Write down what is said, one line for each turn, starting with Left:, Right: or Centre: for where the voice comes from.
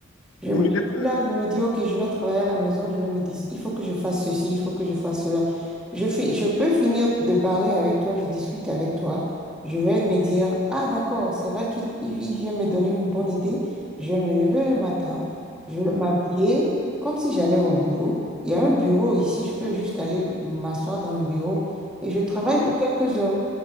Centre: Je,
Left: oui,
Centre: me- je
Left: <laughs>
Centre: suis là, je me dis, OK, je vais travailler à la maison, je vais me dire, il faut que je fasse ceci, il faut que je fasse cela. Je fais, je peux finir de parler avec toi, je discute avec toi. Je vais me dire, ah d'accord, c'est vrai qu'il il- il vient me donner une bonne idée. Je vais me lever le matin, je vais m'habiller comme si j'allais au boulot. Il y a un bureau ici, je peux juste aller m'asseoir dans le bureau et je travaille
Left: oui,
Centre: pour quelques heures.